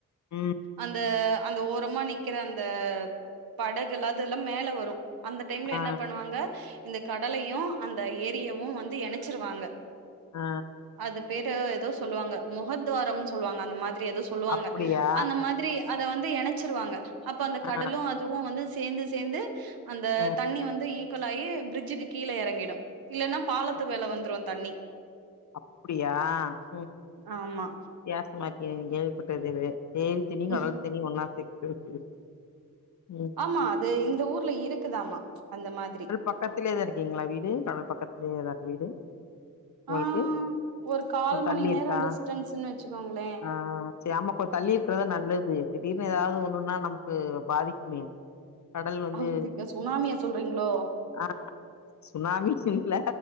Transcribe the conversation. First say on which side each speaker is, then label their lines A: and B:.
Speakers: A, on the left; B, on the right.
A: ம்
B: அந்த அந்த ஓரமா நிக்கிற அந்த படகுல்லா அதெல்லா மேல வரு அந்த டைம்ல
A: ஆ
B: என்ன பண்ணுவாங்க இந்த கடலையு அந்த ஏரியவு வந்து எணச்சிருவாங்க
A: ஆ
B: அது பேரு ஏதோ சொல்லுவாங்க முகத்துவாரம்னு சொல்லுவாங்க அந்த மாதிரி ஏதோ சொல்லுவாங்க
A: அப்டியா
B: அந்த மாதிரி அத வந்து எணச்சிருவாங்க அப்ப அந்த
A: ஆ
B: கடலும் அதுவும் வந்து சேந்து சேந்து அந்த
A: ம்
B: தண்ணி வந்து ஈக்வலாகி பிரிட்ஜுக்கு கீழ எறங்கிடு இல்லன்னா பாலத்து
A: ஓ
B: மேல வந்துரு தண்ணி
A: அப்டியா ம்
B: ஆமா
A: வித்தியாசமா இருக்கே கேள்விப்பட்டது இது ஏரிதண்ணி
B: ம்.
A: கடல் தண்ணி ஒன்னா சேக்குறது ம்
B: ஆமா அது இந்த ஊர்ல இருக்குதாமா அந்த மாதிரி
A: பக்கத்திலே தா இருக்கீங்களா வீடு கடல் பக்கத்திலயேதா வீடு உங்களுக்கு
B: ஆ ஒரு கால்
A: கொஞ்ச
B: மணி
A: தள்ளி
B: நேரம்
A: இருக்கா
B: டிஸ்டன்ஸ்ன்னு வச்சுக்கோங்களே
A: ஆ செ ஆமா கொ தள்ளி இருக்கிறதா நல்லது திடீர்னு ஏதாவ்து ஒண்ணுன்னா நமக்கு பாதிக்குமே கடல் வந்து
B: அ மன்ச்சிகிங்க சுனாமிய சொல்றீங்ளோ
A: ஆ சுனாமி இல்ல